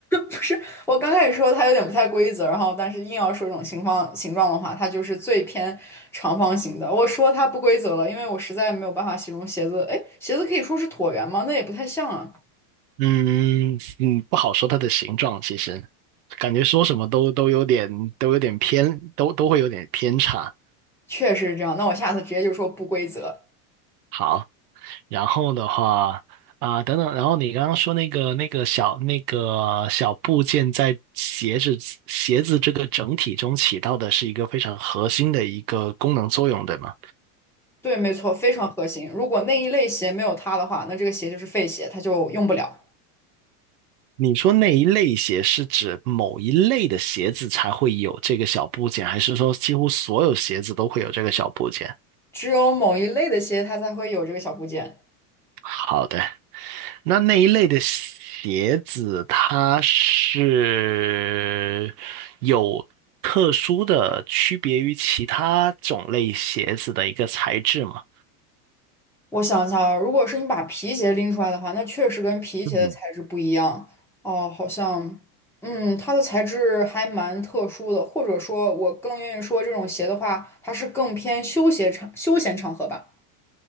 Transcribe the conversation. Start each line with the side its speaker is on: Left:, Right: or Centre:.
Centre: 不是，我刚开始说它有点不太规则，然后但是硬要说这种形方形状的话，它就是最偏长方形的。我说它不规则了，因为我实在没有办法形容鞋子。哎，鞋子可以说是椭圆吗？那也不太像啊。
Right: 嗯嗯，不好说它的形状，其实感觉说什么都都有点都有点偏，都都会有点偏差。
Centre: 确实是这样，那我下次直接就说不规则。
Right: 好。然后的话啊、等等，然后你刚刚说那个那个小那个小部件在鞋子鞋子这个整体中起到的是一个非常核心的一个功能作用，对吗？
Centre: 对，没错，非常核心。如果那一类鞋没有它的话，那这个鞋就是废鞋，它就用不了。
Right: 你说那一类鞋是指某一类的鞋子才会有这个小部件，还是说几乎所有鞋子都会有这个小部件？
Centre: 只有某一类的鞋它才会有这个小部件。
Right: 好的，那那一类的鞋子，它是有特殊的区别于其他种类鞋子的一个材质吗？
Centre: 我想一下啊，如果是你把皮鞋拎出来的话，那确实跟皮鞋的材质不一样。
Right: 嗯，
Centre: 哦，好像，嗯，它的材质还蛮特殊的，或者说，我更愿意说这种鞋的话，它是更偏休闲场、休闲场合吧。